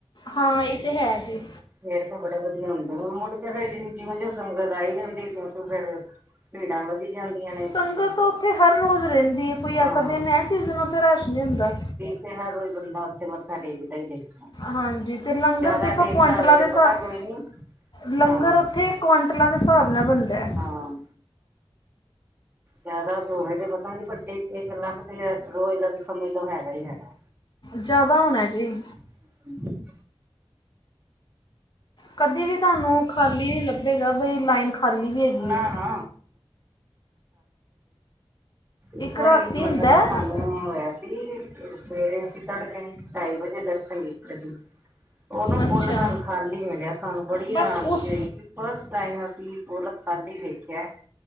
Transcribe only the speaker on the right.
ਫੇਰ ਤੇ ਬੜੇ ਵਧੀਆ ਹੁੰਦੇ, ਮੁੜ ਕੇ ਫਿਰ ਜਿ ਜਿਉਂ ਜਿਉਂ ਸੰਗਤ ਆਈ ਜਾਂਦੀ ਤਿਉਂ ਤਿਉਂ ਫੇਰ। ਭੀੜਾਂ ਵਧੀ। ਜਾਂਦੀਆਂ ਨੇ
ਹਾਂ
ਉੱਥੇ ਹਰ ਰੋਜ਼ ਬੰਦਾ ਉੱਥੇ ਮੱਥਾ ਟੇਕਦਾ ਹੀ ਟੇਕਦਾ।
ਜ਼ਿਆਦਾ
ਟੇਕਦਾ
ਹੋਵੇ ਤੇ
ਪਤਾ ਕੋਈ ਨੀ
ਹਾਂ
ਹਾਂ। ਜ਼ਿਆਦਾ ਹੋਵੇ ਤੇ ਪਤਾ ਨੀ ਵੇ ਇੱਕ ਲੱਖ ਤੇ ਯ ਰੋਜ਼ ਦਾ ਸਮੇਂ ਲੋ ਹੈਗਾ ਹੀ ਹੈਗਾ।
<unintelligible>
ਨਾ-ਨਾ।
ਇੱਕ ਵਾਰੀ
ਮਤਲਬ
ਕਿ ਸਾਨੂੰ
ਹੋਇਆ ਸੀ, ਸਵੇਰੇ ਅਸੀਂ ਤੜਕੇ। ਢਾਈ ਵਜੇ ਦਰਸ਼ਨ ਕੀਤੇ ਸੀ। ਉਦੋਂ ਪੁੱਲ
ਸਾਨੂੰ ਖਾਲੀ ਮਿਲਿਆ ਸਾਨੂੰ ਬੜੀ
ਹੈਰਾਨਗੀ
ਹੋਏਗੀ। ਫਸਟ ਟਾਈਮ ਅਸੀਂ ਪੋਲਕ ਖਾਧੀ ਵੇਖਿਆ,